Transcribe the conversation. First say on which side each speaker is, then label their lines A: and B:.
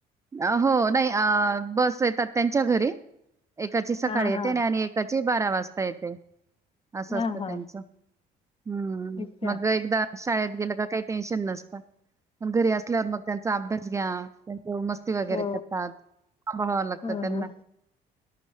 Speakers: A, on the right; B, on the left.
A: अ हो नाही अ बस येतात त्यांच्या घरी एकाची सकाळी
B: हा
A: येते
B: हा
A: आणि एक काची बारा वाजता येते असं
B: हा
A: असतं
B: हा
A: त्यांचं हम्म
B: अच्छा
A: मग एकदा शाळेत गेलं का काही टेन्शन नसतं पण घरी असल्यावर मग त्यांचा अभ्यास घ्या त्यांचं मस्ती वगैरे
B: हो
A: करतात सांभाळाव लागत
B: ह
A: त्यांना
B: ह